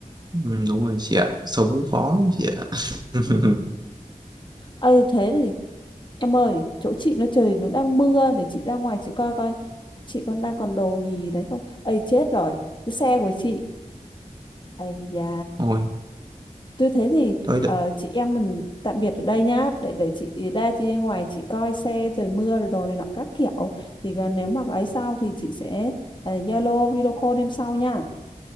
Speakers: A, on the right; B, on the left.
A: ừ, đúng rồi chị ạ sống cũng khó lắm chị ạ <laughs>
B: Ừ. ừ thế thì em ơi chỗ chị nó trời nó đang mưa để chị ra ngoài chị coi coi chị còn đang còn đồ gì đấy không ấy chết rồi cái xe của chị ấy da
A: thôi
B: tôi thế thì
A: thôi đợi-
B: ờ, chị em mình tạm biệt ở đây nhá để để chị ra chị ra ngoài chị coi xe trời mưa rồi đồ này nọ các kiểu thì gần nếu mà ấy sau thì chị sẽ ờ, Zalo video call em sau nha